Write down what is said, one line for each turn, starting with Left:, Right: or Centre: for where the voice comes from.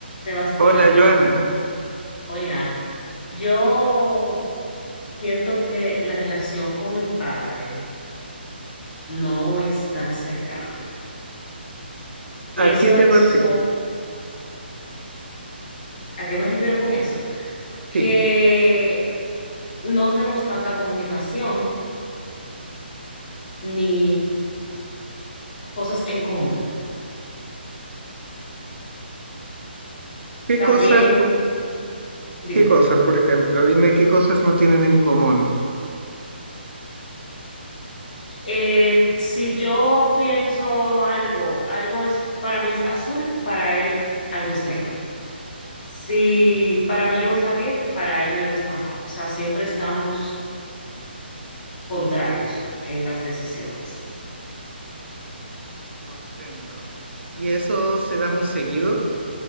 Left: Sebastián,
Right: Hola, Joana.
Left: hola. Yo siento que la relación con mi padre no es tan cercana. Y
Right: ¿A
Left: eso
Right: qué te
Left: en
Right: refieres?
Left: sus... ¿A qué me refiero con eso? Que
Right: Sí.
Left: no tenemos tanta comunicación ni cosas en común.
Right: ¿Qué
Left: También,
Right: cosas, tú-
Left: dime,
Right: qué cosas, por ejemplo? Dime qué cosas no tienen en común.
Left: eh, si yo pienso algo, algo es, para mí es azul, para él algo es negro. Si para mí algo está bien, para él algo está mal. O sea, siempre estamos contrarios en las decisiones.
Right: Comprendo. ¿Y eso se da muy seguido